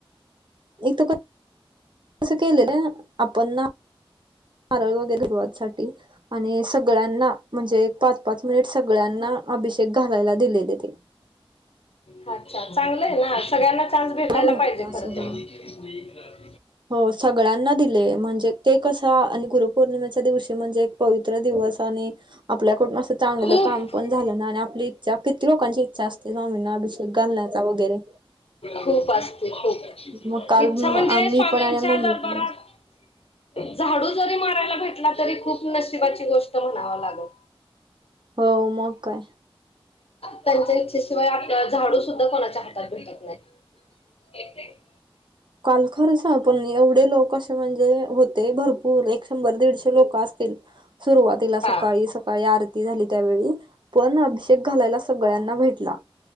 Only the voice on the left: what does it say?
अच्छा चांगलय ना सगळ्यांना चान्स भेटायला
पाहिजे
खर तर.
नाही. <inaudible>
खूप
खूप असते खूप.
इच्छा म्हणजे
स्वामींच्या
दरबारात
झाडू जरी मारायला भेटला, तरी खूप नशिबाची गोष्ट म्हणाव लागल.
त्यांच्या इच्छेशिवाय आपल्याला झाडू सुद्धा कोणाच्या हातात भेटत नाही. येते?
हा